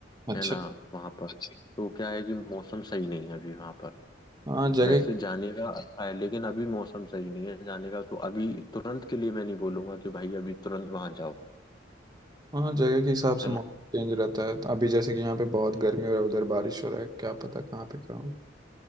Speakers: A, on the right; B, on the left.
A: अच्छा
B: है ना वहाँ पर अच्छा तो क्या है कि मौसम सही नहीं है अभी वहाँ पर
A: हाँ जगह
B: वैसे जाने का अच्छा है लेकिन अभी मौसम सही नहीं है जाने का तो अभी तुरंत के लिए मैं नहीं बोलूंगा कि भाई अभी तुरंत वहां जाओ
A: हाँ जगह के हिसाब से
B: है
A: मौसम
B: ना
A: चेंज रहता है अभी जैसे कि यहाँ पे बहुत गर्मी हो रहा है उधर बारिश हो रहा है क्या पता कहाँ पे क्या हो